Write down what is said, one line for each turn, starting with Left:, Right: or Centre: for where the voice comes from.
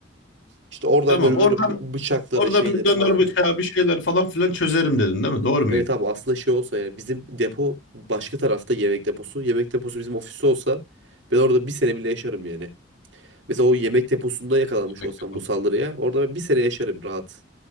Right: İşte oradan
Left: Tamam
Right: böyle
Left: oradan
Right: böyle bı- bıçakları
Left: oradan
Right: şeyleri
Left: bir döner
Right: falan.
Left: bıçağı bir şeyler falan filan çözerim dedin değil mi? Doğru muyum?
Right: Evet abi aslında şey olsa yani bizim depo başka tarafta yemek deposu. Yemek deposu bizim ofiste olsa ben orada bir sene bile yaşarım yani. Mesela o yemek deposunda yakalanmış
Left: Yemekte
Right: olsam
Left: konuşuyoruz.
Right: bu saldırıya orada ben bir sene yaşarım rahat.